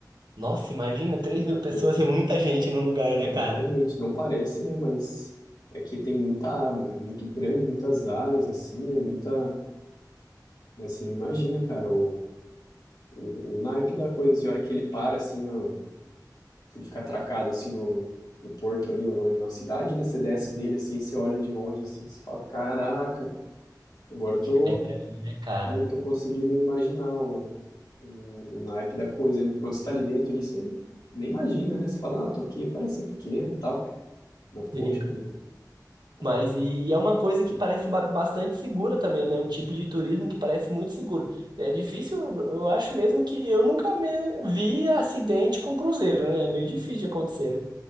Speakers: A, on the right (about 80°); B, on the left (about 70°).
A: Nossa, imagina, três
B: Muita
A: mil pessoas
B: coisa.
A: é muita gente num lugar, né,
B: É
A: cara?
B: muita gente. Não parece, né? Mas é que tem muita. É muito grande, muitas áreas, assim, né? Muita. Mas você não imagina, cara, O, o naipe da coisa, assim, a hora que ele para, assim, no, que ele fica atracado, assim, no, no porto ali, ou no- na cidade, né? Você desce dele, assim, você olha de longe, assim, você fala, caraca, agora eu tô,
A: É grande, né, cara?
B: eu tô conseguindo imaginar o, o, o naipe da coisa, né? Porque Quando você tá ali dentro, ali, você nem imagina, né? Você fala, ah, tô aqui, parece ser pequeno e tal, mas
A: <laughs>
B: poxa vida. a
A: Mas
B: coisa-
A: e é uma coisa que parece ba- bastante segura também, né? Um tipo de turismo que parece muito seguro. É difícil, eu acho mesmo que eu nunca me vi acidente com cruzeiro, né? É meio difícil de acontecer, né?